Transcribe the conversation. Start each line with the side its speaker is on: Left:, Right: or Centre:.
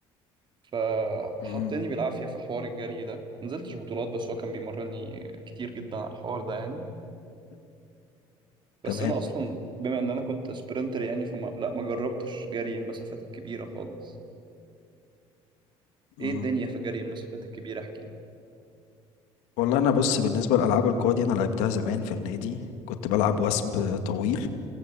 Right: فحطني
Left: امم
Right: بالعافيه في حوار الجري ده نزلتش بطولات بس هو كان بيمرني كتير جدا على الحوار ده يعني بس
Left: تمام
Right: انا اصلا بما ان انا كنت سبرنتر يعني فما لا ما جربتش جري المسافات الكبيره خالص ايه
Left: امم
Right: الدنيا في جري المسافات الكبيره احكي
Left: والله انا بص بالنسبة لالعاب القوى دي انا لعبتها زمان في النادي كنت بلعب وثب طويل